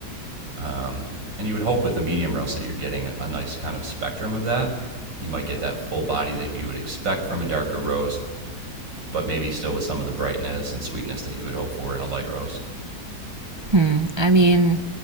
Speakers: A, on the right; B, on the right.
A: Um, and you would hope with a medium roast that you're getting a- a nice kind of spectrum of that. You might get that full body that you would expect from a darker roast but maybe still with some of the brightness and sweetness that you would hope for in a light roast.
B: Hmm. I mean,